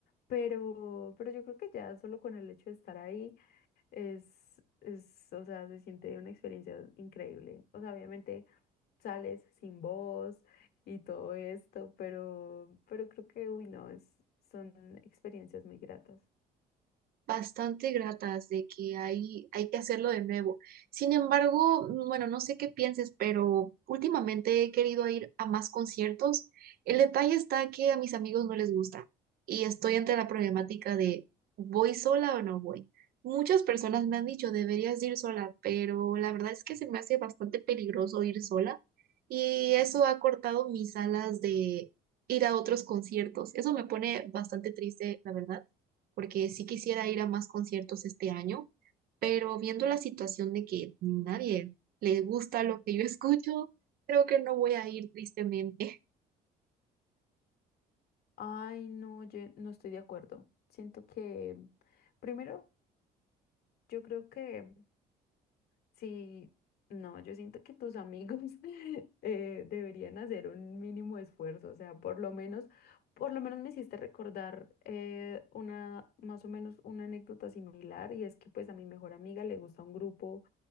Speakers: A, on the left (about 70°); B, on the right (about 60°).
A: pero, pero yo creo que ya solo con el hecho de estar ahí es, es, o sea, se siente una experiencia increíble. O sea, obviamente sales sin voz y todo esto, pero, pero creo que, uy, no, es, son experiencias muy gratas.
B: bastante gratas de que hay, hay que hacerlo de nuevo. Sin embargo, bueno, no sé qué pienses, pero últimamente he querido ir a más conciertos. El detalle está que a mis amigos no les gusta y estoy ante la problemática de ¿voy sola o no voy? Muchas personas me han dicho, deberías de ir sola, pero la verdad es que se me hace bastante peligroso ir sola y eso ha cortado mis alas de ir a otros conciertos. Eso me pone bastante triste, la verdad porque sí quisiera ir a más conciertos este año, pero viendo la situación de que nadie le gusta lo que yo <laughs> escucho, creo que no voy a ir tristemente.
A: Ay, no, yo no estoy de acuerdo. Siento que, primero, yo creo que Sí, no, yo siento que tus amigos <laughs> eh, deberían hacer un mínimo esfuerzo, o sea, por lo menos, por lo menos me hiciste recordar eh, una, más o menos una anécdota similar y es que pues a mi mejor amiga le gusta un grupo